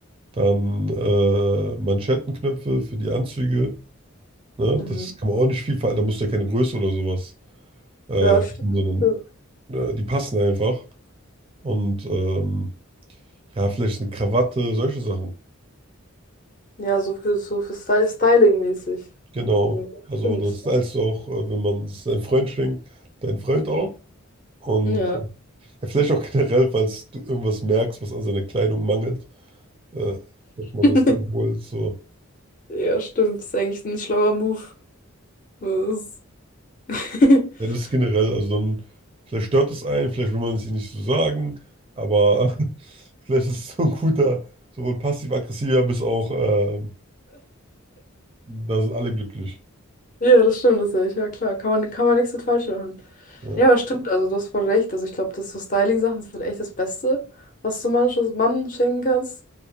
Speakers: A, on the right; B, on the left.
A: Dann äh, Manschettenknöpfe für die Anzüge. Ne?
B: Mhm.
A: Das kann man auch nicht viel verändern. Da musst du ja keine Größe oder sowas äh,
B: Ja, stimmt.
A: wissen, sondern
B: stimmt.
A: äh, die passen einfach. Und ähm, ja, vielleicht eine Krawatte, solche Sachen.
B: Ja, so für, so für Sty- Styling-mäßig.
A: Genau.
B: Ja,
A: Also
B: stimmt.
A: das heißt auch, äh, wenn man es deinem Freund schenkt, dein Freund auch. Und
B: Ja.
A: ja, vielleicht auch generell, falls du irgendwas merkst, was an seiner Kleidung mangelt, äh, dass man
B: <laughs>
A: das dann holt. So.
B: Ja, stimmt. Ist eigentlich ein schlauer Move. Das ist- <laughs>
A: Ja, das ist generell, also dann, vielleicht stört es einen, vielleicht will man es ihnen nicht so sagen, aber <laughs> vielleicht ist es so ein guter, sowohl passiv-aggressiver bis auch, äh, da sind alle glücklich.
B: Ja, das stimmt, das ist echt. Ja, klar. Kann man, kann man nichts mit falsch machen.
A: Ja.
B: Ja, aber stimmt, also du hast voll recht. Also ich glaube, das so Styling-Sachen sind echt das Beste, was du manches Mann schenken kannst.